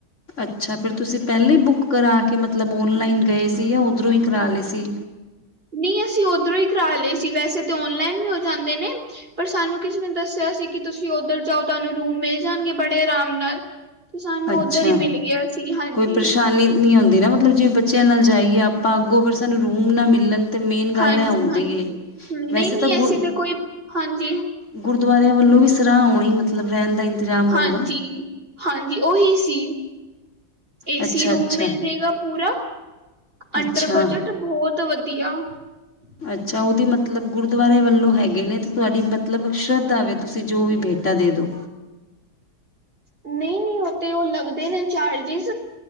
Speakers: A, on the left (about 35°); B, on the right (about 25°).
A: ਅੱਛਾ ਫਿਰ ਤੁਸੀਂ ਪਹਿਲੇਾਂ ਹੀ ਬੁੱਕ ਕਰਾ ਕੇ ਮਤਲਬ ਔਨਲਾਈਨ ਗਏ ਸੀ ਜਾਂ ਉੱਧਰੋਂ ਹੀ ਕਰਾ ਲਏ ਸੀ?
B: ਨਹੀਂ ਅਸੀਂ ਉਓਧਰੋਂ ਹੀ ਕਰਾ ਲਏ ਸੀ ਵੈਸੇ ਤਾਂ ਓਨਲਾਈਨ ਵੀ ਹੋ ਜਾਂਦੇ ਨੇ। ਪਰ ਸਾਨੂੰ ਕਿਸੇ ਨੇ ਦੱਸਿਆ ਸੀ ਕਿ ਤੁਸੀਂ ਉੱਧਰ ਜਾਓ ਤੁਹਾਨੂੰ ਰੂਮ ਮਿਲ ਜਾਣਗੇ ਬੜੇ ਆਰਾਮ ਨਾਲ। ਤੇ ਸਾਨੂੰ
A: ਅੱਛਾ
B: ਉੱਧਰ ਹੀ ਮਿਲ ਗਿਆ। ਸੀ ਹਾਂਜੀ
A: ਕੋਈ ਪਰੇਸ਼ਾਨੀ ਨਹੀਂ ਆਉਂਦੀ ਨਾ ਮਤਲਬ ਜਿਵੇਂ ਬੱਚਿਆਂ ਨਾਲ ਜਾਈਏ ਆਪਾਂ ਅੱਗੋਂ ਫਿਰ ਸਾਨੂੰ ਰੂਮ ਨਾ ਮਿਲਣ। ਤੇ ਮੇਨ ਗੱਲ
B: ਹਾਂਜੀ
A: ਹੈ ਆਉਂਦੀ
B: ਹਾਂਜੀ
A: ਹੈ
B: ਨਹੀਂ
A: ਵੈਸੇ
B: ਨਹੀਂ
A: ਤਾਂ
B: ਐਸੀ
A: ਗ
B: ਕੋਈ ਹਾਂਜੀ
A: ਗੁਰਦੁਆਰਿਆਂ ਵੱਲੋਂ ਵੀ ਸਰਾਹ ਆਣਾ ਮਤਲਬ ਰਹਿਣ ਦਾ। ਇੰਤਜ਼ਾਮ ਹੋਏਗਾ
B: ਹਾਂਜੀ ਹਾਂਜੀ ਉਹੀ ਸੀ। ਏਸੀ
A: ਅੱਛਾ
B: ਰੂਮ
A: ਅੱਛਾ
B: ਮਿਲ ਜਾੇਗਾ ਪੂਰਾ ਅੰਡਰ
A: ਅੱਛਾ
B: ਬਜਟ ਬਹੁਤ ਵਧੀਆ। ਹਮ।
A: ਅੱਛਾ ਉਹਦੇ ਮਤਲਬ ਗੁਰਦੁਆਰਰੇ ਵੱਲੋਂ ਹੈਗੇ ਨੇ ਤੇ ਤੁਹਾਡੀ ਮਤਲਬ ਸ਼ਰਧਾਵੇ ਤੁਸੀਂ ਜੋ ਵੀ ਬੇਟਾ ਦੇ ਦਿਉ।
B: ਨਹੀਂ ਨਹੀਂ ਉਹ ਤੇ ਉਹ ਲੱਗਦੇ ਨੇ ਚਾਰਜਿਸ।